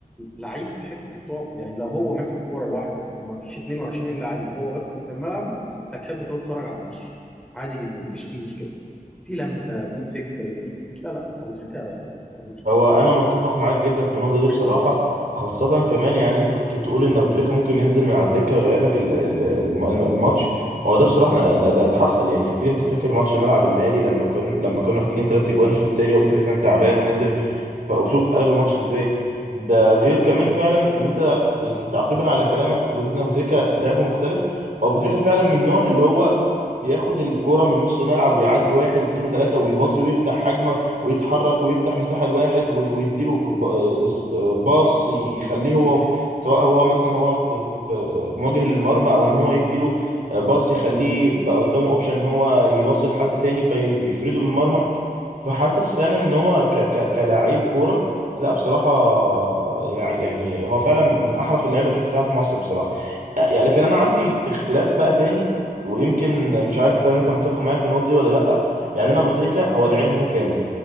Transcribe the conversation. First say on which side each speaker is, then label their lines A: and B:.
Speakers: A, in the centre; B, on the right.
A: لعيب تحب تقف يعني لو هو ماسك كرة لوحده وما فيش 22 لعيب هو بس اللي في الملعب هتحب تقعد تتفرج على الماتش عادي جدا مفيش اي مشكله في لمسه في فكر في لا لا ابو تريكه ابو تريكه
B: هو
A: بصراحه
B: انا متفق معاك جدا في النقطه دي بصراحه
A: حاجه تانيه
B: خاصه كمان يعني انت كنت بتقول ان ابو تريكه ممكن ينزل من على الدكه يغير لك ال- ال- الم- الم- الماتش هو ده بصراحه أنا- ده, ده, ده حصل يعني اكيد انت فاكر ماتش ملعب المالي لما كنا لما كنا محتاجين ثلاث اجوان الشوط الثاني وابو تريكه كان تعبان ونزل ف- وشوف قلب الماتش ازاي ده غير كمان فعلا ان انت يعني تعقيبا على كلامك في جزئيه ان ابو تريكه لعبه مختلف هو ابو تريكه فعلا من النوع اللي هو بياخد الكوره من نص الملعب ويعدي واحد واثنين وثلاثه ويباصي ويفتح هجمه ويتحرك ويفتح مساحة لواحد وي- ويديله ب- آه، س- آه، باص يخليه هو في سواء هو مثلا هو في, في مواجه للمرمى او ان هو يديله باص يخليه بقى قدامه اوبشن ان هو يباصي لحد تاني فيفرده بالمرمى فحاسس فعلا ان هو ك ك كلاعب كورة لا بصراحة لع- يعني هو فعلا من أحرف اللعيبة اللي شفتها في مصر بصراحة أ- يعني لكن أنا عندي اختلاف بقى تاني ويمكن مش عارف هل أنت متفق معايا في النقطة دي ولا لأ يعني أنا أبو تريكة هو لعيب متكامل